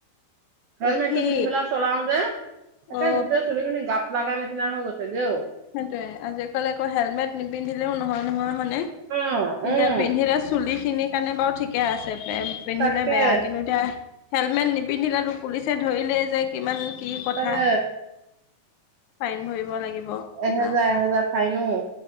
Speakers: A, on the right; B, on the left.
A: হেলমেটটো
B: উফি
A: পিন্ধি পেলাই চলাও যে একে
B: অ
A: গোটেই চুলিখিনি গাপ লগা নিচিনা হৈ গৈছেগে অ।
B: সেইটোয়ে আজিকালি আকৌ হেলমেট নিপিন্ধিলেও নহয় নহয়।
A: উম
B: এতিয়া
A: উম
B: পিন্ধিলে চুলি খিনিৰ কাৰণে বাৰু ঠিকে আছে। পিন্ধিলে
A: তাকে
B: বেয়া কিন্তু এতিয়া হেলমেট নিপিন্ধিলেতো পুলিচে ধৰিলেই যে কিমান কি কথা
A: তাকে
B: ফাইন ভৰিব লাগিব। কিবা
A: এহেজাৰ, এহেজাৰ ফাইন অ'।